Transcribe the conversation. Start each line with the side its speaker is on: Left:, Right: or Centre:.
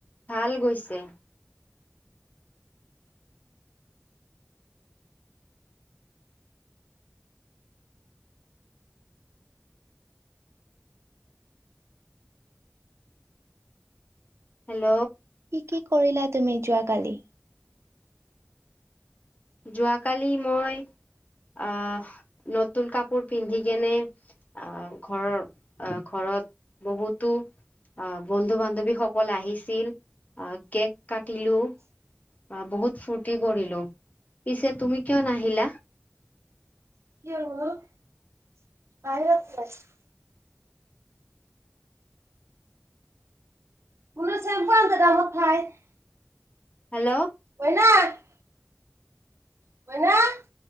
Left: ভাল গৈছে। হেল্ল'।
Right: কি কৰিলা তুমি যোৱাকালি?
Left: যোৱাকালি মই অহ, নতুন কাপোৰ পিন্ধি কেনে অহ, ঘৰৰ অহ, ঘৰত বহুতো অহ, বন্ধু বান্ধৱীসকল আহিছিল অহ, কেক কাটিলো। অ', বহুত ফূৰ্তি কৰিলো। পিছে তুমি কিয় নাহিলা?
Right: <inaudible> <unintelligible>
Left: হেল্ল'।
Right: <inaudible> <inaudible>